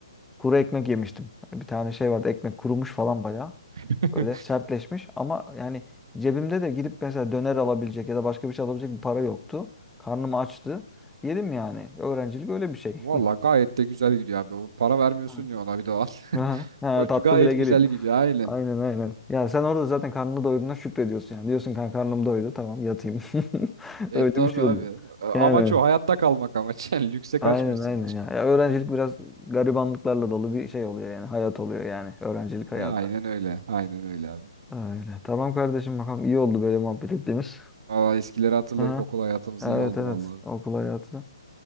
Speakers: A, in the centre; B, on the right (about 60°).
A: kuru ekmek yemiştim. Bir tane şey vardı. Ekmek kurumuş falan bayağı.
B: <laughs>
A: Öyle sertleşmiş ama yani cebimde de gidip mesela döner alabilecek ya da başka bir şey alabilecek bir para yoktu. Karnım açtı. Yedim yani. Öğrencilik öyle bir şey.
B: Valla
A: <laughs>
B: gayet de güzel gidiyor abi. O para vermiyorsun
A: Ha.
B: ya ona bir de o an. <laughs>
A: Aha, ha,
B: O
A: tatlı
B: gayet
A: bile geliyor.
B: güzel gidiyor aynen.
A: Aynen aynen. Ya sen orada zaten karnını doyurduğuna şükrediyorsun yani. Diyorsun kanka karnım doydu tamam yatayım. <laughs>
B: E
A: Öyle
B: tabi
A: bir şey
B: abi.
A: oluyor.
B: E, Amaç
A: Yani
B: o. Hayatta kalmak amaç. <laughs> Yani lükse
A: aynen
B: kaçmıyorsun
A: aynen
B: hiç.
A: ya. Ya öğrencilik biraz garibanlıklarla dolu bir şey oluyor yani. Hayat oluyor yani. Öğrencilik hayatı.
B: E, Aynen öyle. Aynen öyle abi.
A: Öyle. Tamam kardeşim bakalım iyi oldu böyle muhabbet ettiğimiz.
B: Valla eskileri hatırladık.
A: Aha.
B: Okul hayatımız
A: Evet
B: iyi oldu
A: evet
B: vallahi.
A: okul hayatı.